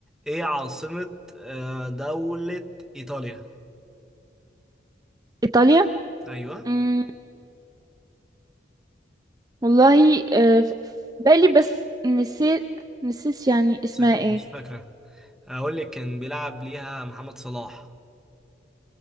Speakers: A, in the centre; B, on the right.
A: ايه عاصمه آه، دوله ايطاليا
B: إيطاليا
A: ايوه
B: مم. والله آه، في بالي بس نسيت نسيت يعني
A: شكلك
B: اسمها ايه
A: مش فاكرة أقول لك كان بيلعب ليها محمد صلاح